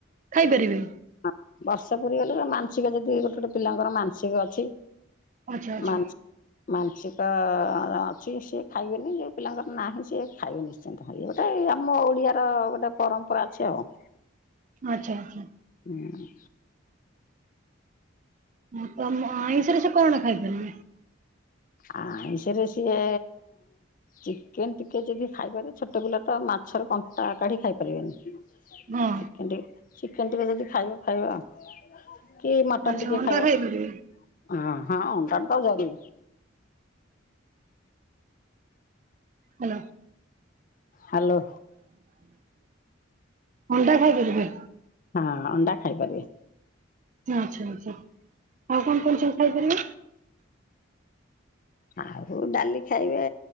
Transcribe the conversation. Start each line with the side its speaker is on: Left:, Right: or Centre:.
Right: ଖାଇପାରିବେ।
Left: ହଁ ବର୍ଷ ପୁରୀ ଗଲେ ମାନସିକ ଯଦି ଗୋଟେ ଗୋଟେ ପିଲାଙ୍କର ମାନସିକ ଅଛି।
Right: ଆଚ୍ଛା ଆଚ୍ଛା
Left: ମାନସି ମାନସିକ ଅଛି ସିଏ ଖାଇବେନି ଯେଉଁ ପିଲାଙ୍କର ନାହିଁ ସିଏ ଖାଇବେନି ସେମ୍ ତେ ଖାଇବେ ଗୋଟେ ଆମ ଓଡିଆର ଗୋଟେ ପରମ୍ପରା ଅଛି ଆଉ।
Right: ଆଚ୍ଛା ଆଚ୍ଛା।
Left: ହୁଁ।
Right: ହୁଁ ତମ ଆଇଁଷରେ ସେ କଣ ଖାଇପାରିବେ।
Left: ଆଇଁଷରେ ସିଏ ଚିକେନ ଟିକେ ଯଦି ଖାଇପାରିବେ ଛୋଟ ପିଲା ତ ମାଛର କଣ୍ଟା କାଢି ଖାଇ ପାରିବେନି। ଚିକେନ
Right: ହଁ
Left: ଟିକେ ଚିକେନ ଟିକେ ଯଦି ଖାଇବ ଖାଇବ। କି ମଟନ୍
Right: ଆଚ୍ଛା
Left: ଟିକେ
Right: ଅଣ୍ଡା
Left: ଖାଇବ
Right: ଖାଇପାରିବେ
Left: ଆଁ ହଁ ଅଣ୍ଡା ତ ଜରୁରି।
Right: ହାଲୋ।
Left: ହାଲୋ
Right: ଅଣ୍ଡା ଖାଇପାରିବ।
Left: ହଁ ଅଣ୍ଡା ଖାଇପାରିବେ।
Right: ଆଚ୍ଛା ଆଛା ଆଉ କଣ କଣ ସବୁ ଖାଇପାରିବେ।
Left: ଆଉ ଡାଲି ଖାଇବେ